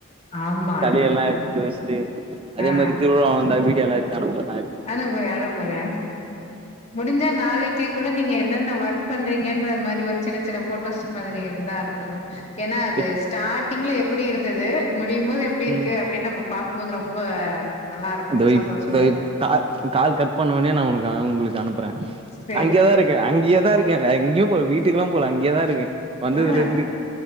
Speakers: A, on the left (about 30°); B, on the right (about 25°).
A: ஆமா
B: சளி
A: அனுப்புங்க
B: எல்லா எடுத்து வச்ட்டு அதே
A: ஆ
B: மாதிரி திருவிழா வந்தா வீடியோ எல்லா எட்த்து அனுப்புற
A: அனுப்புங்க அனுப்புங்க முடிஞ்சா நாளைக்கே கூட நீங்க என்னென்ன ஒர்க் பண்றீங்கன்ற மாரி ஒரு சின்ன சின்ன போட்டோஸ் மாதிரி இருந்தா அனுப்புங்க ஏனா அது
B: இப்
A: ஸ்டார்ட்டிங்ல எப்டி இருந்தது முடியும்போது எப்டி
B: ம்
A: இருக்கு அப்டின்னு நம்ம பாக் ரொம்ப ரொம்ப நல்லா இருக்கு
B: இதோ
A: சந்தோஷமா
B: இப் இதோ
A: இருக்கு
B: இப் கா கால் கட் பண்ணோனே நா உனக்கு உங்களுக்கு அனுப்புறே
A: சேரி
B: அங்கேய தா
A: சேரி
B: இருக்கே அங்கேயேதா இருக்கே வேற எங்கயு ப்போ வீட்டுக்குல்லா போல அங்கேயேதா இருக்கே வந்ததுல
A: ஆ
B: இருந்து